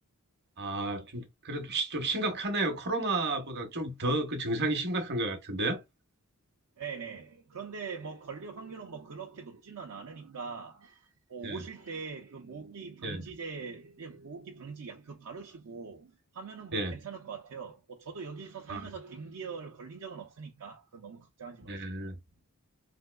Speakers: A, on the right; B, on the right.
A: 아, 좀, 그래도 시- 좀 심각하네요. 코로나보다 좀 더 그 증상이 심각한 것 같은데요?
B: 네네. 그런데 뭐 걸릴 확률은 뭐 그렇게 높지는 않으니까 뭐
A: 예,
B: 오실 때 그 모기 방지제,
A: 예,
B: 예, 모기 방지 약 그 바르시고 하면은 뭐
A: 예.
B: 괜찮을 것 같아요. 뭐 저도 여기서 살면서
A: 아,
B: 댕기열 걸린 적은 없으니까 그 너무 걱정하지 마시고요.
A: 예.